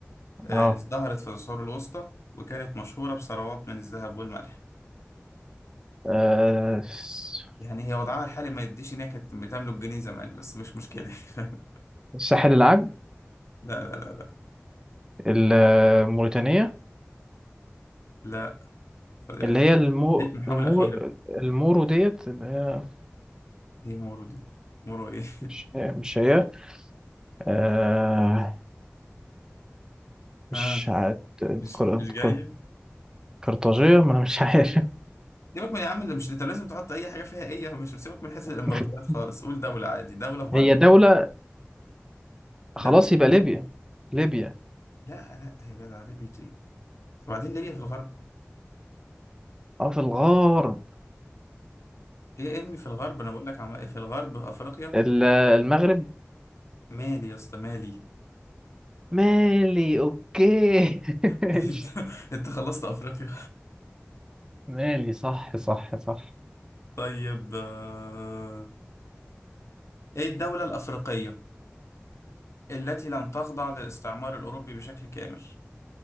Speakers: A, on the left; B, on the right.
A: آه،
B: اه
A: ازدهرت في العصور الوسطى وكانت مشهورة بثروات من الذهب والملح
B: آه، الس-
A: يعني هي وضعها الحالي ما يديش إن هي كانت بتملك جنيه زمان بس مش مشكلة <laughs> لا
B: الساحل العاج
A: لا لا لا
B: الموريتانية
A: لا فضيحة
B: اللي هي المو
A: ليك محاولة
B: المور
A: أخيرة
B: المورو ديت اللي هي
A: إيه مورو دي مورو إيه <laughs>
B: مش مش هي آه مش
A: آه
B: عاد
A: مش
B: قر-
A: مش جاي
B: قر- قرطاجية ما أنا مش عارف
A: سيبك من يا عم اللي مش انت لازم تحط اي حاجه فيها ايه مش سيبك من حته الامبراطوريات
B: <laughs>
A: خالص قول دوله عادي دوله في غرب
B: هي دولة
A: أفريقيا.
B: خلاص
A: دوله
B: يبقى ليبيا ليبيا
A: لا لا يا جدع ليبيا ايه وبعدين ليبيا في الغرب
B: اه في الغرب
A: ايه ارمي في الغرب انا بقول لك عم... إيه، في الغرب افريقيا
B: ال- المغرب
A: مالي يا اسطى مالي
B: مالي اوكي <laughs> ماشي.
A: <laughs> انت انت خلصت افريقيا
B: مالي صح صح صح
A: طيب آه، ايه الدولة الافريقية التي لم تخضع للاستعمار الاوروبي بشكل كامل